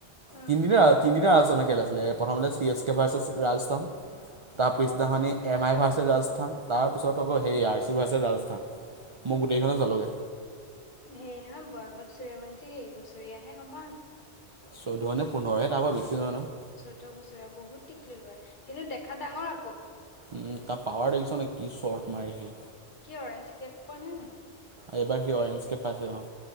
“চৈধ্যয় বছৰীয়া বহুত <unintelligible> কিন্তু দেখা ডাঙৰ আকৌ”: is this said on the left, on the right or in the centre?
Left